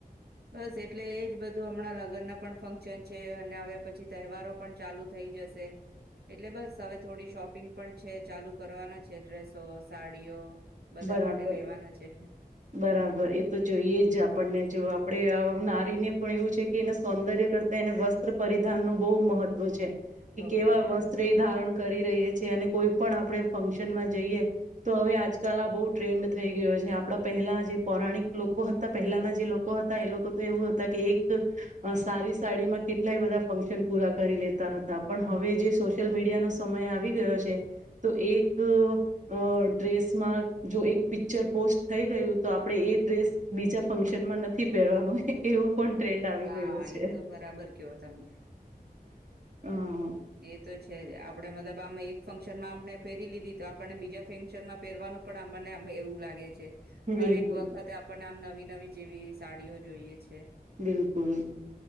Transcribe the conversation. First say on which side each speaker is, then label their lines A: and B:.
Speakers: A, on the right; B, on the right.
A: બસ એટલે એજ બધું હમણાં લગ્નના પણ ફંક્શન છે અને હવે પછી તહેવારો પણ ચાલુ થઈ જશ શે. એટલે બસ હવે થોડી શોપિંગ પણ છે ચાલુ કરવાના છે ડ્રેસો સાડીઓ બધા
B: બરાબર
A: માટે લેવાના છે.
B: બરાબર એ તો જોઈએ જ આપણને જો આપડે આવ નારીને પણ એવું છે કે એને સૌંદર્ય કરતા એને વસ્ત્ર પરિધાન નું બહુ મહત ત્વ છે કે
A: બહુ
B: કેવા
A: છે
B: વસ્ત્ર
A: હા.
B: એ ધારણ કરી રહી છી અને કોઈ પણ આપડે ફંક્શન માં જઈએ તો હવે આજ તાલના બહુ ટ્રેન્ડ થઈ ગયો છે આપડા પહેલા જે પૌરાણિક લોકો હતા પહેલાના જે લોકો હતા એ લોકો તો એવું હતા કે એક અહ સારી સાડીમાં કેટલાય બધા ફંક્શન પૂરા કરી લેતા હતા પણ હવે જે સોશયલ મીડિયાનો સમય આવી ગયો છે તો એક અહ ડ્રેસ માં જો એક પિક્ચર પોસ્ટ થઈ ગયું તો આપડે એ ડ્રેસ બીજા ફંક્શનમાં નથી પહેરવાનું એવું પણ ટ્રેન્ડ આવી
A: હા,
B: ગયો છે
A: એ તો બરાબર કેયો તમે.
B: હ
A: એ તો છે જ આપડે મતલબ આમ એક ફંક્શનમાં આમને પહેરી લીધી તો આપણને બીજા ફંક્શન માં પહેરવાનું પણ આમ મને એવું લાગે છે. હરેક
B: બિલકુલ
A: વખતે આપણને આમ ન વી નવી જેવી સાડીઓ જોઈએ છે.
B: બિલકુલ